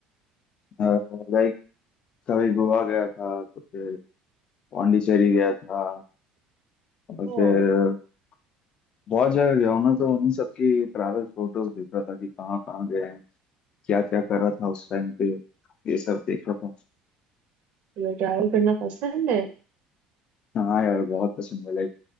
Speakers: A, on the left; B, on the right.
A: लाइक कभी गोवा गया था तो फिर पौंडीचेरी गया था और
B: हाँ
A: फिर बहुत जगह गया हूँ ना तो उन्हीं सब की ट्रैवल फोटोज देख रहा था कि कहाँ कहाँ गए हैं क्या क्या कर रहा था उस टाइम पे ये सब देख रहा
B: तुम्हें ट्रैवल करना पसंद है
A: था हाँ यार बहुत पसंद है लाइक